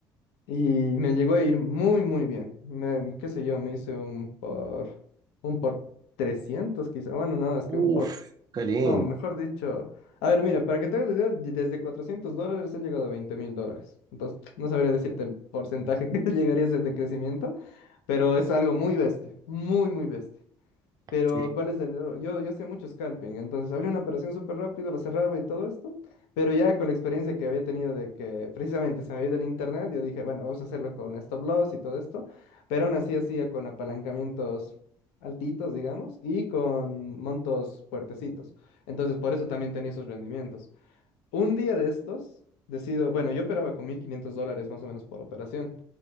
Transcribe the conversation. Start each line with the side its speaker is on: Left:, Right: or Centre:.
Left: Y me llegó a ir muy, muy bien. Me- qué sé yo, me hice un por, un por 300 quizá. Bueno, no, es que un
Right: Uf,
Left: por
Right: qué lindo.
Left: no, mejor dicho. A ver, mira, para que te hagas la idea, de- desde 400 dólares he llegado a veinte mil dólares. Entonces, no sabría decirte el porcentaje que <laughs> llegaría a ser de crecimiento, pero es algo muy bestia, muy, muy bestia. Pero,
Right: Sí.
Left: ¿cuál es el error? Yo, yo hacía mucho scalping, entonces abría una operación súper rápido, la cerraba y todo esto, pero ya con la experiencia que había tenido de que precisamente se me había ido el internet, yo dije, bueno, vamos a hacerlo con stop loss y todo esto, pero aún así hacía con apalancamientos altitos, digamos, y con montos fuertecitos. Entonces, por eso también tenía esos rendimientos. Un día de estos, decido, bueno, yo operaba con 1.500 dólares más o menos por operación.